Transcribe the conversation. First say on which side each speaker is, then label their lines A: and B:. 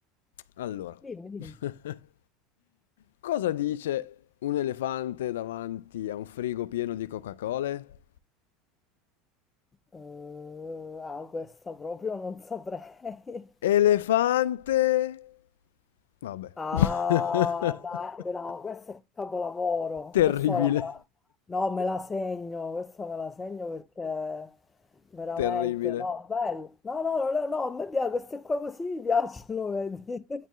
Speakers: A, on the left; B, on the left.
A: Allora,
B: Dimmi, dimmi.
A: <laughs> cosa dice un elefante davanti a un frigo pieno di Coca-Cola?
B: Eh, ah, questa proprio non saprei. <laughs>
A: Elefante. Vabbè.
B: Ah,
A: <laughs>
B: dai, no, questo è capolavoro.
A: Terribile.
B: Questa ora me la- no, me la segno, questa me la segno perché veramente,
A: Terribile.
B: no, bello. No, no, no, no, no, a me piace, queste qua così mi piacciono, <laughs> vedi.